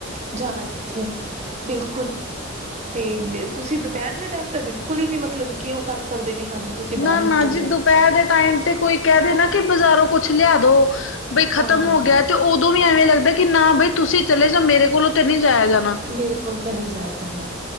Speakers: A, on the right; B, on the left.
A: ਜਾਣਾ ਕਿੱਥੇ ਹੈ ਬਿਲਕੁਲ ਤੇ ਤੁਸੀਂ ਦੁਪਹਿਰ ਦੇ ਟਾਈਮ ਤਾਂ ਬਿਲਕੁਲ ਹੀ ਨੀ ਮਤਲਬ ਕਿ ਉਹ ਕਰ ਸਕਦੇ ਵੀ ਹਾਂਜੀ। ਤੁਸੀਂ
B: ਨਾ-ਨਾ
A: ਬਾਹਰ ਨਿਕਲ
B: ਜੀ
A: ਜਾਓ
B: ਦੁਪਹਿਰ ਟਾਈਮ ਤੇ ਕੋਈ ਕਹਿ ਦੇ ਨਾ ਕਿ ਬਾਜ਼ਾਰੋਂ ਕੁਛ ਲਿਆ ਦੋ ਬਈ ਖਤਮ
A: ਹਾਂ
B: ਹੋ ਗਿਆ ਤੇ ਉਦੋਂ ਵੀ ਐਵੇਂ ਲੱਗਦਾ ਕਿ ਨਾ ਬਈ ਤੁਸੀਂ ਚਲੇ ਜਾ ਮੇਰੇ ਕੋਲੋਂ ਤੇ ਨਹੀ ਜਾਇਆ ਜਾਣਾ।
A: ਮੇਰੇ ਕੋਲ ਤਾਂ ਨਹੀਂ ਜਾਏ ਜਾਣਾ।